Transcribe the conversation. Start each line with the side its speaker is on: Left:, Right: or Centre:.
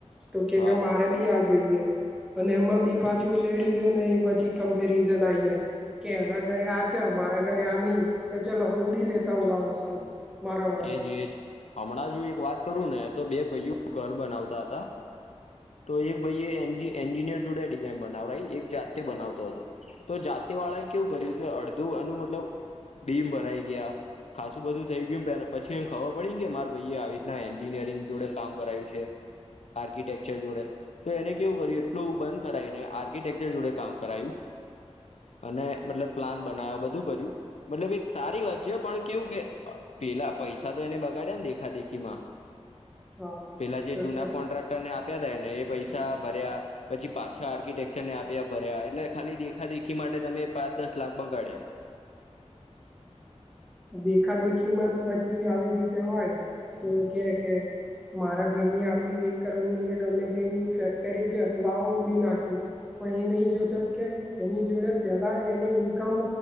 Centre: તો કે
Left: હા.
Centre: કે મારે બી આ જોઈએ અને એમાં બી પાછું લેડીઝો ને એ પછી કમ્પેરિઝન આઈ જાય કે એના ઘરે આ ચ હ મારા ઘરે આ નહીં તો ચાલ હું ભી લેતા હું આ વસ્તુ મારા માટે
Left: એજ એજ હમણાં જો એક વાત કરું ને તો બે ભાઈઓ ઘર બનાવતા હતા તો એ ભાઈ એ એન્જિનિયર જોડે ડિઝઇન બનાવડાઈ એક જાતે બનાવતો હતો તો જાતિ વાળા એ કેવું કર્યું કે અડધું એનું મતલબ બીમ ભરાઈ ગયા ખાસું બધું થઈ ગયું પે પછી એમ ખબર પડી ને કે મારે ભાઈ આવી રીતના એન્જિનિયરિંગ જોડે કામ કરાયું છે આર્કિટેકચર જોડે તો એને કેવું કર્યું એટલું બંધ કરવુંને આર્કિટેકચર જોડે કામ કરાયું અને મતલબ પ્લાન બના્યો બધું કર્યું મતલબ એક સારી વાત છે પણ કેવું કે પેલા પૈસા તો એને બગાડ્યા ને દેખા દેખીમાં
Centre: હા
Left: પેલા જે
Centre: તો
Left: જૂના
Centre: છે
Left: કોન્ટ્રાક્ટર ને આપ આપ્યા થાય ને એ પૈસા ભર્યા પછી પાછા આર્કિટેકચરને આપ્યા ભર્યા એટલે ખાલી દેખા દેખી માટે તમે પાંચ દસ લાખ બગાડ્યા
Centre: <inaudible> દેખા દેખી માં જ પછી આવી રીતે હોય તો કે કે મારા ભાઈની આટલી એક કરોડ ની કે ગમે તેની ફેક્ટરી છે લાવો હું બી નાખી પણ એ નહી જોતો કે એની જોડે પેલા એને ઇન્કમ